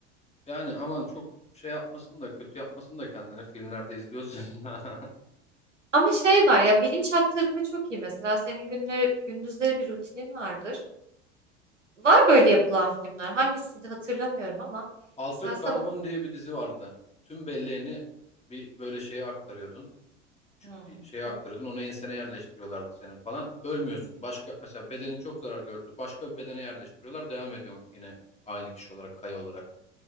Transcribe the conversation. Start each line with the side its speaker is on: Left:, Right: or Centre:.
Left: Yani aman çok şey yapmasın da kötü yapmasın da kendine filmlerde izliyorsun. <laughs>
Right: Ama şey var ya bilinç aktarımı çok iyi. Mesela senin günleri, gündüzleri bir rutinin vardır. Var böyle yapılan filmler. Hangisiydi hatırlamıyorum ama
Left: Altered
Right: mesela sabah
Left: Carbon diye bir dizi vardı. Tüm belleğini bir böyle şeye aktarıyordun. Küçük
Right: Hmm,
Left: bir şeye aktarıyordun.
Right: Onu,
Left: Onu ensene yerleştiriyorlardı senin falan. Ölmüyorsun. Başka mesela bedenin çok zarar gördü. Başka bir bedene yerleştiriyorlar. Devam ediyorsun yine aynı kişi olarak, kaya olarak.